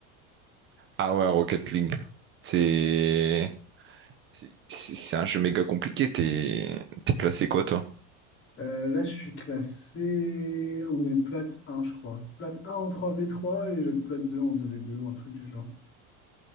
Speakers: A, on the right (about 30°); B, on the left (about 30°).
A: Ah ouais, Rocket League. C'est c'est c'est un jeu méga compliqué. T'es t'es classé quoi, toi?
B: <laughs> euh, là je suis classé, on est plate un je crois. Plate un en 3 v trois et j'être plate 2 en 2v2 ou un truc du genre. <laughs>